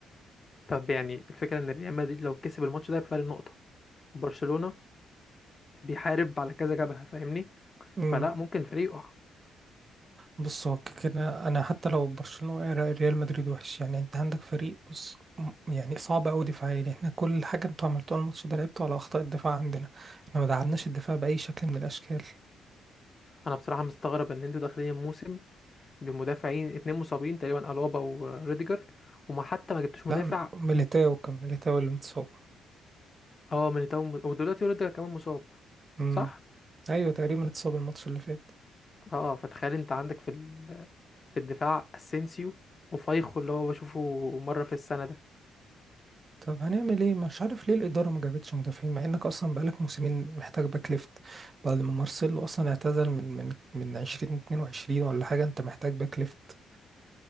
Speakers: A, on the left; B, on the right.
A: طب يعني الفكره ان ريال مدريد لو كسب الماتش ده بفارق نقطه وبرشلونه بيحارب على كذا جبهه فاهمني
B: امم
A: فلا ممكن الفريق يقع
B: بص هو كده انا حتى لو برشلونه وقع، ريال مدريد وحش يعني انت عندك فريق بص م- يعني صعب قوي دفاعيا يعني احنا كل حاجه انتوا عملتوها الماتش ده لعبتوا على اخطاء الدفاع عندنا احنا ما دعمناش الدفاع باي شكل من الاشكال
A: انا بصراحه مستغرب ان انتوا داخلين الموسم بمدافعين اتنين مصابين تقريبا الابا وريديجر وما حتى ما جبتوش مدافع
B: لا م- ميليتاو كان ميليتاو اللي متصاب
A: اه ميليتاو م- ودلوقتي روديجر كمان مصاب
B: امم
A: صح
B: ايوه تقريبا اتصاب الماتش اللي فات
A: اه فتخيل انت عندك في ال... في الدفاع اسينسيو وفايخو اللي هو بشوفه مره في السنه ده
B: طب هنعمل ايه مش عارف ليه الاداره ما جابتش مدافعين مع انك اصلا بقالك موسمين محتاج باك ليفت بعد ما مارسيلو اصلا اعتزل من من من 2022 ولا حاجه انت محتاج باك ليفت